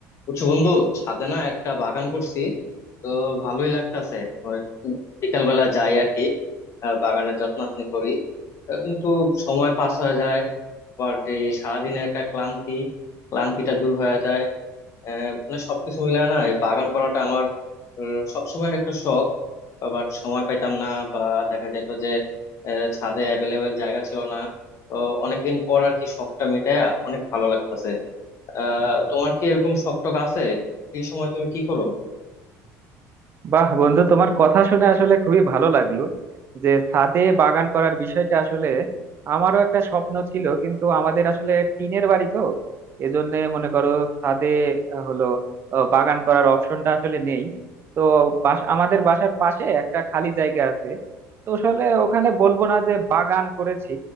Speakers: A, on the left (about 45°); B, on the right (about 35°).
A: বুঝছো বন্ধু ছাদে না একটা বাগান করছি তো ভালোই লাগতাছে ওই বিকাল বেলা যাই আর কি আহ, বাগানের যত্নাত্নি করি তো কিন্তু সময় পাস হয়ে যায় পর যে সারাদিনের একটা ক্লান্তি ক্লান্তিটা দূর হয়ে যায় আহ, মানে সবকিছু মিলে না এই বাগান করাটা আমার আহ, সবসময় একটা শখ বাট সময় পাইতাম না বা দেখা যেত যে আহ, ছাদে অ্যাভেলেবেল জায়গা ছিল না তো অনেকদিন পর আর কি শখটা মিটায়া অনেক ভালো লাগতাছে আহ তোমার কি এরকম শখ টখ আছে ফ্রি সময় তুমি কি করো
B: বাহ বন্ধু তোমার কথা শুনে আসলে খুবই ভালো লাগলো যে ছাদে বাগান করার বিষয়টা আসলে আমারও একটা স্বপ্ন ছিল কিন্তু আমাদের আসলে টিনের বাড়ি তো এজন্য মনে করো ছাদে আহ, হলো আহ, বাগান করার অপশনটা আসলে নেই তো বাস- আমাদের বাসার পাশে একটা খালি জায়গা আছে তো আসলে ওখানে বলবো না যে বাগান করেছি